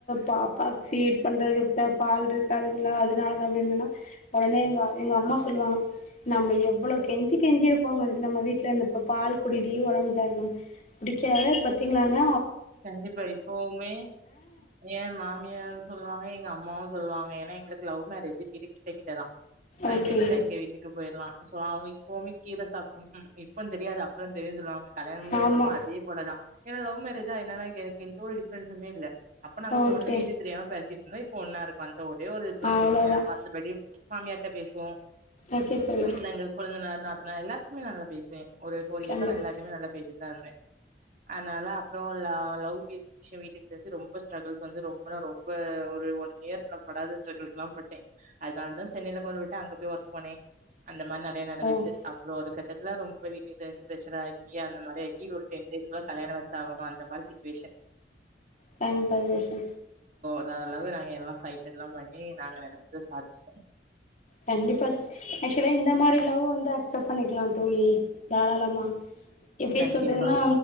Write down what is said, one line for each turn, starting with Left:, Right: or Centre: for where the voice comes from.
Left: பாப்பாக்கு ஃபீட் பண்றதுக்கு ப்ப பால் இருக்காதுல்ல அதனால அப்டினன்னா உடனே எங்க எங்க அம்மா சொல்லுவாங்க நம்ம எவ்வளோ கெஞ்சி கெஞ்சிருப்போங்க நம்ம வீட்டுல இருந்து இப்ப பால் குடிடி உடம்பு இதா இருக்குனு குடி கேவ்ல பத்தீங்களாங்க
Right: கண்டிப்பா இப்பவுமே ஏன் மாமியாரு சொல்லுவாங்க எங்க அம்மாவு சொல்லுவாங்க ஏன்னா எங்களுக் லவ் மேரேஜ் வீடு கிட்ட கிட்டதா ஃபைவ்
Left: ஓகே
Right: மினிட்ஸ்ல எங்க வீட்டுக்கு போய்டலா சோ அவங்கயி கோமி கீர சாப்பனு இப்ப தெரியாது அப்புற தெரியுனு சொல்லுவாங்க கல்யாண முஞ்சதுக்க
Left: ஆமா
Right: அப்புற அதே போலதா ஏன்னா லவ் மேரேஜா என்னனா எனக்கு எந்த ஒரு டிப்ரன்ஸுமே இல்ல அப்ப நாங்க
Left: ஓகே
Right: போன்ல வீட்டு தெரியாம பேசிட் என்ன இப்ப ஒன்னா இருக்கோ அந்த ஒரே ஒரு இதுதா
Left: ஆ அவ்வளோதான்
Right: தெரியுது ஏன்னா மத்தபடி மாமியார்ட்ட பேசுவோ
Left: ஓகே தோழி
Right: வீட்டுல எங்க கொழுந்தனார் நாத்தனார் எல்லார்கிட்டயுமே நா நல்லா பேசுவே ஒரு ஃபோர் இயர்ஸ்ஸா
Left: கண்டிப்பா
Right: நா எல்லார்ட்டயுமே நல்லா பேசிட் தா இருந்தே அதனால <unintelligible> லவ் விஷய வீட்டுக் தெரிஞ்சு ரொம்ப ஸ்ட்ரகல்ஸ் வந்து ரொம்ப ரொம்ப ஒரு ஒன் இயர் <unintelligible> இல்லாத ஸ்ட்ரகல்ஸ்ல்லா பட்டே அதனால தா சென்னைல கொண்டு விட்டு அங்க போய் ஒர்க் போனே அந்த மாரி நெறய நடந்துச்சு
Left: ம்
Right: அப்புற ஒரு கட்ட எல்லா ரொம்ப வீட்டுக்கு தெரிஞ்சு பிரச்சனை ஆக்கி அந்த மாரி ஆக்கி ஒரு டென் டேஸ்ல கல்யாண சாகணு அந்த மாரி சிச்சுவேஷன்
Left: பங்களலாதேஷி
Right: <unintelligible> நாங்க எல்லா சைட்டெல்லா பண்ணி நாங்க நெனைச்சத சாதிச்ட்டோ
Left: கண்டிப்பா ஆக்சுவலா இந்த மாரி லவ் வந்து அக்சப் பண்ணிக்கலா தோழி தாராளமா எப்டி
Right: கண்டிப்பா
Left: சொல்றதுன்னா